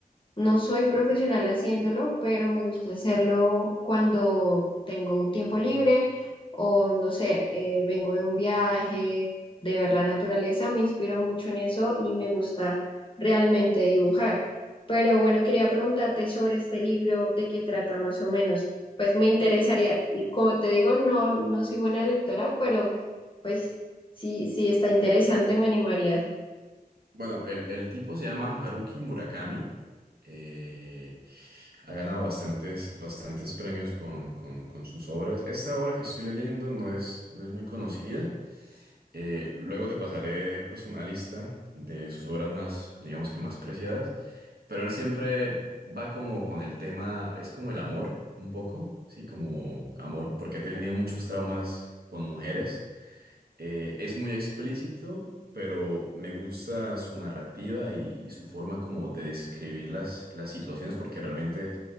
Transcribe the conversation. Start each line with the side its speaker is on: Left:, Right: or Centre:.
Left: no soy profesional haciéndolo, pero me gusta hacerlo cuando tengo tiempo libre o no sé, eh, vengo de un viaje, de ver la naturaleza, me inspiro mucho en eso y me gusta realmente dibujar. Pero bueno, quería preguntarte sobre este libro, de qué trata más o menos. Pues me interesaría, como te digo, no, no soy buena lectora, pero pues sí, sí está interesante, me animaría.
Right: Bueno, el, el tipo se llama Haruki Murakami. eh, ha ganado bastantes, bastantes premios con, con- con sus obras. Esta obra que estoy leyendo no es, no es muy conocida. Eh, luego te pasaré pues una lista de sus obras más, digamos que más preciadas. Pero él siempre va como con el tema, es como el amor, un poco, ¿sí? Como amor, porque ha tenido muchos traumas con mujeres. Eh, es muy explícito, pero me gusta su narrativa y, y su forma como de describir las, las situaciones porque realmente